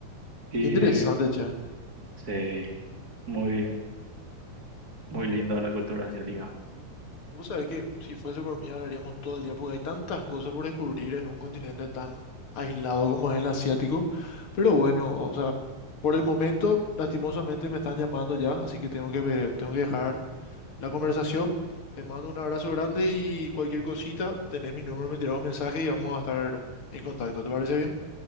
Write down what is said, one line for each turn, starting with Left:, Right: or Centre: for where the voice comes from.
Right: Y
Left: Qué interesante, che.
Right: Sí, muy, muy lindo la cultura asiática.
Left: Vos sabés que si fuese por mí hablaríamos todo el día, porque hay tantas cosas por descubrir en un continente tan aislado como es el asiático. Pero bueno, o sea, por el momento, lastimosamente me están llamando ya, así que tengo que, ve- tengo que dejar la conversación. Te mando un abrazo grande y cualquier cosita, tenés mi número, me tirás un mensaje y vamos a estar en contacto. ¿Te parece bien?